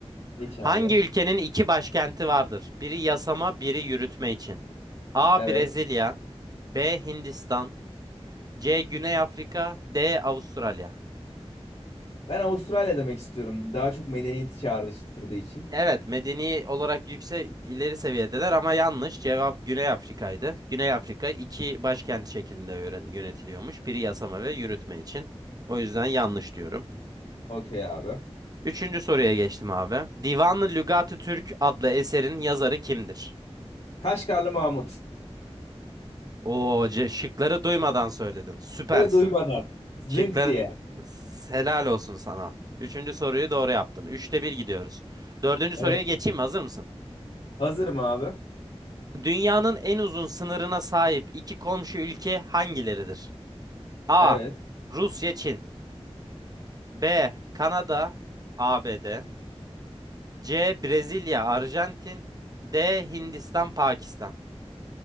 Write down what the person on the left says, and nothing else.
Geç abi.
Evet.
Ben Avustralya demek istiyorum. Daha çok medeniyeti çağrıştırdığı için.
Okey abi.
Kaşgarlı Mahmut.
Bunları duymadan. Zınk
diye.
Evet.
Hazırım abi.
Evet.